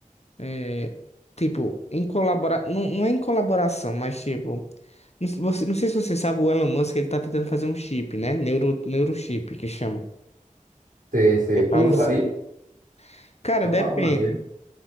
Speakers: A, on the left; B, on the right.
A: é, tipo, em colabora... não, não é em colaboração, mas tipo, não, se- você, não sei se você sabe, o Elon Musk, ele tá tentando fazer um chip, né? Neuro, neurochip, que chama.
B: Sei, sei.
A: Prepara
B: Tu usaria?
A: o cérebro. Cara,
B: Só
A: depende.
B: pra arrumar dedo.